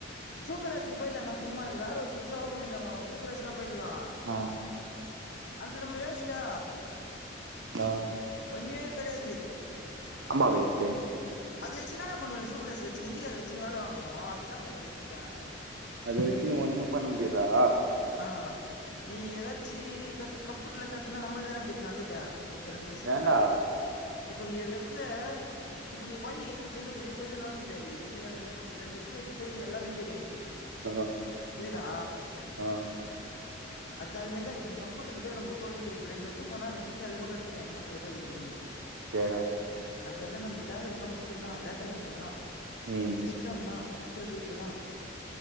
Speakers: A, on the left; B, on the right.
A: சூப்பர்வைசர் போய்லா நா சும்மா வேற ஒரு புதுசா ஓப்பன் பண்ணிட்டாங்க அங்க சூப்பர்வைசரா போய்ட்லா
B: ஆ
A: அது நம்ளு வேஸ்ட்டா
B: ஆ
A: ஒன்னுமே கடையாது
B: அம்மா வேஷ்ட்டு
A: அது வச்சு என்னாடா பண்ணுவ நீ சூப்பர்வைசர் வச்சுனு இந்திகாரன வச்சுனு வேல வாங்கணு அது என்னா பண்ணுவ அத வச்சினு
B: அத வச்சுனு ஒண்ணும் பண்ண முடியாதா
A: ஆ நீ ஏதாச்சி கத்து கம்ப்யூட்டர்ல கத்துனா நம்மளுக் தான நல்லது ரெண்டு வருஷத்துல
B: வேண்டா
A: இப்ப நீ ரெண்டு வருஷத்துல இப்ப நீ கொழந்தைக்கு எத்துனு போய் செல்ல குடு செல்லு நோண்ட தெரியாது இப்பயு அதுதா நீ இப்ப ரெண்டு வருஷத்துல இப்ப செல்லுன்னு எல்லாமே தெரியு உனக்கு
B: ஆ
A: புரியுதா
B: ஆ
A: அது அதுமேர்தா இப்ப நீ கம்ப்யூட்டர்ல போய் நம்மள உட்டோனுமே தெரியு இப்ப ரெண்டு வருஷோ போனா ரெண்டு வருஷத்துல எல்லாமே கத்துப்ப எங்கங்க எது எது இருக்குனு
B: தேதா
A: அது வந்து நம்மளுக்கு தேவையே கம்ப்யூட்டர் தா டேட்டா என்ட்ரி தா
B: ம்
A: சிஸ்டம் தா எக்ஸ் எல் இது தா